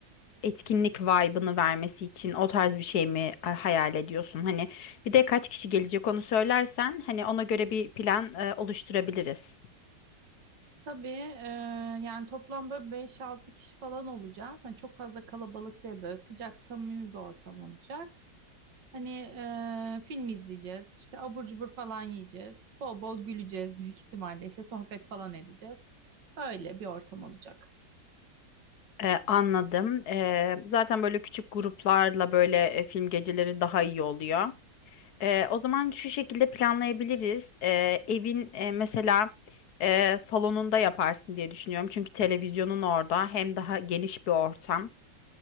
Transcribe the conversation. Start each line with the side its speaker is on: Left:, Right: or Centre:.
Left: e, etkinlik vibe'ını vermesi için o tarz bir şey mi e, hayal ediyorsun? Hani bir de kaç kişi gelecek onu söylersen hani ona göre bir plan e, oluşturabiliriz.
Right: Tabii e, yani toplam böyle 5-6 kişi falan olacağız. Hani çok fazla kalabalık değil böyle sıcak samimi bir ortam olacak. Hani e, film izleyeceğiz işte abur cubur falan yiyeceğiz. Bol bol güleceğiz büyük ihtimalle işte sohbet falan edeceğiz. Öyle bir ortam olacak.
Left: Ee, anladım. Ee, zaten böyle küçük gruplarla böyle e, film geceleri daha iyi oluyor. Ee, o zaman şu şekilde planlayabiliriz. Ee, evin e, mesela e, salonunda yaparsın diye düşünüyorum. Çünkü televizyonun orada hem daha geniş bir ortam.